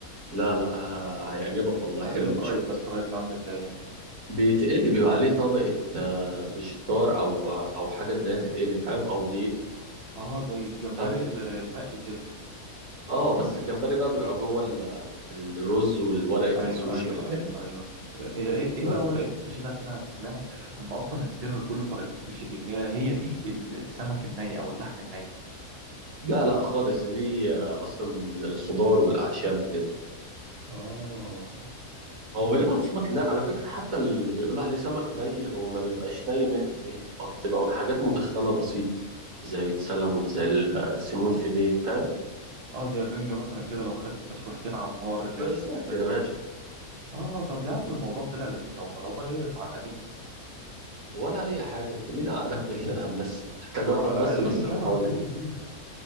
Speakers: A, on the right (about 65°); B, on the right (about 45°).
A: لا لا ه- هيعجبك والله
B: طب
A: حلو
B: ايه الفرايد
A: مش وحش
B: ده الفرايد ده عامل ازاي يعني
A: بيتقلي بيبقى عليه طبقة آه، فيجيتار أو أو حاجة إنها تتقلي فاهم أو دي
B: اه زي الجمبري
A: فبت-
B: ال- المقلي كده
A: اه بس الجمبري بقى بيبقى جوه ال- الرز والورقة
B: ايوه
A: السوشي
B: ايوه
A: والحاجات
B: ايوه
A: دي
B: ايوه فهمت. ايه ايه إيه
A: مثلا
B: بقى ورقه السوشي ده عشان انا سمعت ان اصلا السر كله في ورقه السوشي دي ان هي هي دي السمك الني او اللحم الني
A: لا لا خالص دي آه، أصلا من الخضار والأعشاب وكده
B: اه
A: هو
B: اصلا
A: بيقولوا على السمك ني على فكرة حتى اللي بيقولوا عليه سمك ني هو ما بيبقاش ني 100% هو بتبقى حاجات مدخنة بسيط زي السلمون زي السيمون فيميه فاهم
B: اه زي الرنجة مثلا كده لو خدت تشويحتين على النار اللي
A: بالظبط
B: هي شمت ال
A: يا باشا
B: اه طب يا عم الموضوع طلع لذيذ هم هم ليه معقدين منه
A: ولا اي حاجه انت مين عقلك مثل الهم؟ بس انت جرب
B: ما هو قالوا
A: بس بس
B: لي سمك
A: هقول
B: ني
A: لك
B: دي ف-